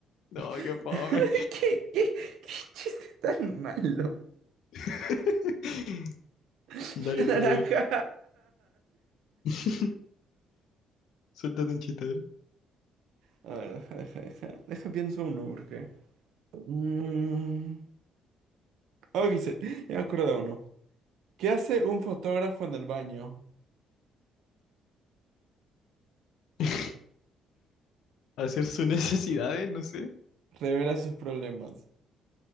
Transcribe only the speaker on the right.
<laughs>
¿Qué, qué, qué chiste tan malo?
<laughs>
La
naranja.
A ver, deja, deja, deja. Deja pienso uno, porque. Mm, oh, quise- ya me acuerdo de uno. ¿Qué hace un fotógrafo en el baño?
Revela sus problemas.